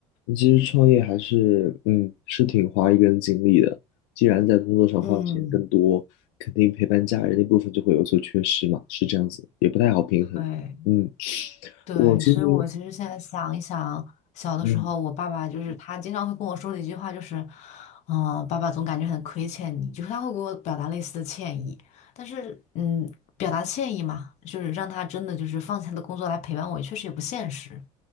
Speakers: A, on the left; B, on the left.
A: 其实创业还是，嗯，是挺花一个人精力的。既然在工作上花的时间更多，
B: 嗯，
A: 肯定陪伴家人那部分就会有所缺失嘛，是这样子，也不太好平衡。
B: 对
A: 嗯，
B: 对，
A: 我其实，
B: 所以我其实现在想一想，小的时候我爸爸就是他经常会跟我说的一句话就是，
A: 嗯，
B: 嗯、爸爸总感觉很亏欠你，就是他会给我表达类似的歉意，但是嗯，表达歉意嘛，就是让他真的就是放下他的工作来陪伴我，也确实也不现实。